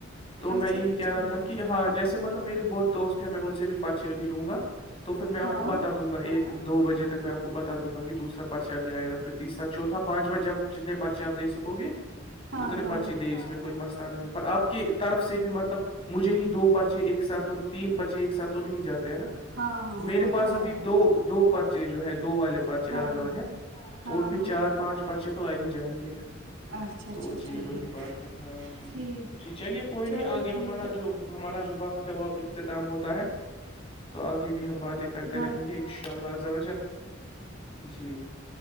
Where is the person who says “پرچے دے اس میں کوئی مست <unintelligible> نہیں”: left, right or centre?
Left